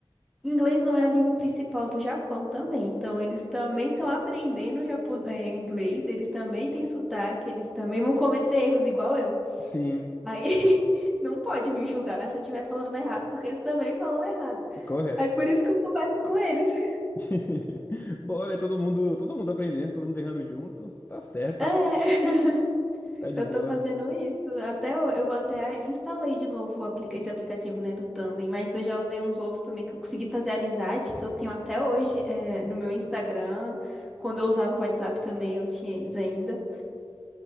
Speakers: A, in the centre; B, on the left (about 20°).
A: Inglês não é a língua principal do Japão também, então eles também estão aprendendo japo- é, inglês, eles também têm sotaque, eles também vão cometer erros igual eu.
B: Sim.
A: Aí <laughs> não pode me julgar se eu estiver falando errado, porque eles também falam errado.
B: Correto.
A: Aí por isso que eu converso com eles. <laughs>
B: <laughs> bom né? Todo mundo, todo mundo aprendendo, todo mundo errando junto. Tá certo.
A: É.
B: Tá de
A: Eu
B: boa.
A: tô fazendo isso. Até eu, eu vou até instalei de novo o aplica- esse aplicativo, né, do Tandem, mas eu já usei uns outros também que eu consegui fazer amizade, que eu tenho até hoje, é, no meu Instagram. Quando eu usava o WhatsApp também, eu tinha eles ainda.